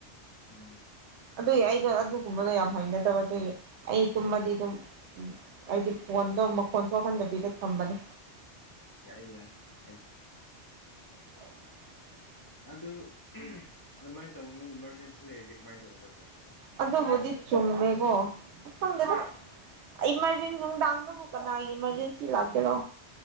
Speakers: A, on the left (about 25°); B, on the right (about 75°).
A: ꯎꯝ
B: ꯑꯗꯨꯏꯒꯤ ꯑꯩꯗꯣ ꯑꯗꯨꯒꯨꯝꯕꯗꯣ ꯌꯥꯝ ꯍꯩꯅꯗꯕ ꯑꯗꯨꯏꯒꯤ ꯑꯩ ꯇꯨꯝꯃꯗꯤ ꯑꯗꯨꯝ ꯑꯩꯗꯤ ꯐꯣꯟꯗꯣ ꯃꯈꯣꯟ ꯊꯣꯛꯍꯟꯗꯕꯤꯗ ꯊꯝꯕꯅꯤ
A: ꯌꯥꯏ-ꯌꯥꯏ ꯀꯥꯏꯗꯦ
B: <inaudible>
A: ꯑꯗꯨ ꯑꯗꯨꯃꯥꯏꯅ ꯇꯧꯅꯨ ꯏꯃꯥꯔꯖꯦꯟꯁꯤ ꯂꯩꯔꯗꯤ ꯀꯃꯥꯏꯅ ꯇꯧꯒꯗꯕ ꯑꯗꯨꯗꯤ
B: ꯑꯗꯨꯕꯨꯗꯤ ꯆꯨꯝꯃꯦꯀꯣ ꯑꯁ ꯈꯪꯗꯦꯗ ꯑꯩ ꯏꯃꯥꯔꯖꯦꯟ ꯅꯨꯡꯗꯥꯡꯗꯕꯨ ꯀꯅꯥꯒꯤ ꯏꯃꯥꯔꯖꯦꯟꯁꯤ ꯂꯥꯛꯀꯦꯔꯣ